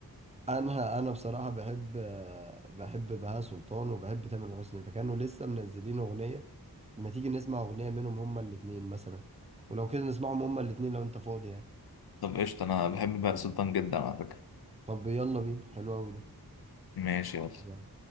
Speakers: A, on the right; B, on the left.
A: انا انا بصراحه بحب آه، بحب بهاء سلطان وبحب تامر حسني فكانوا لسه منزلين اغنيه ما تيجي نسمع اغنيه منهم هما الاتنين مثلا ولو كده نسمعهم هما الاتنين لو انت فاضي يعني
B: طب قشطه انا بحب بقى سلطان جدا على فكره
A: طب يلا بينا حلو قوي ده
B: ماشي يلا
A: يلا.